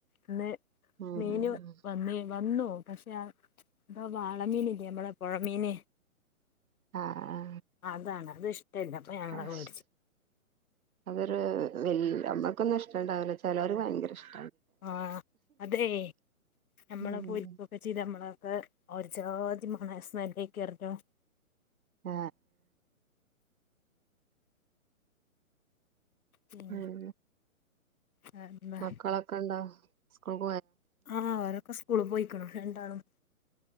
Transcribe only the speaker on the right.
ഉം
ആ ആ
ആ
അതൊരു വല് അമ്മക്കൊന്നും ഇഷ്ട ഇണ്ടാവില്ല ചിലവർ ഭയങ്കര ഇഷ്ട
ഉം
ആ
ഉം
മക്കളൊക്കെ ഇണ്ടാ സ്ക്കൂൾ